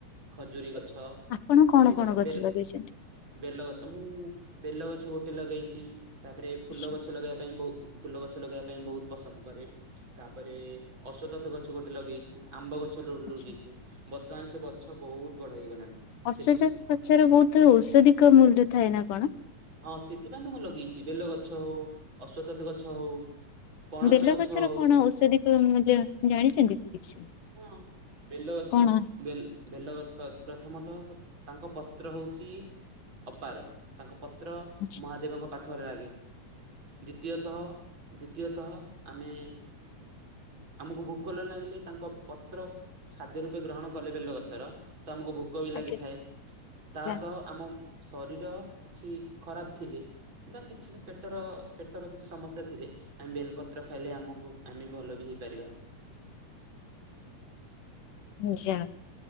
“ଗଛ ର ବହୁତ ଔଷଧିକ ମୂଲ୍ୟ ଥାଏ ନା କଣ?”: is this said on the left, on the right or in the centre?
Left